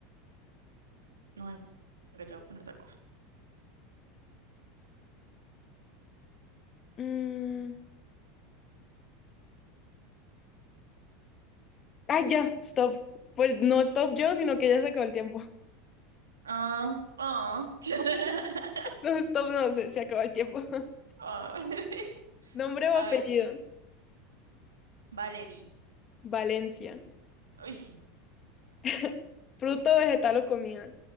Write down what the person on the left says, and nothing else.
Mm, Ay, ya, stop. Pues no stop yo, sino que ya se acabó el tiempo. <laughs>
No, stop, no, se, se acabó el tiempo. <laughs>
Nombre o
apellido.
Valencia.
<laughs> Fruto, vegetal o comida.